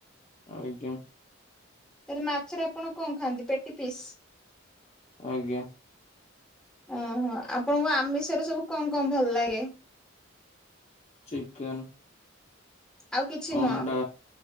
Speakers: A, on the left; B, in the centre.
A: ଆଜ୍ଞା।
B: ତାହେଲେ ମାଛରେ ଆପଣ କଣ ଖାଆନ୍ତି ପେଟି ପିସ୍।
A: ଆଜ୍ଞା।
B: ଓହୋ। ଆପଣଙ୍କୁ ଆମିଷରେ ସବୁ କଣ କଣ ଭଲ ଲାଗେ?
A: ଚିକେନ୍।
B: ଆଉ କିଛି
A: ଅଣ୍ଡା,
B: ନୁହଁ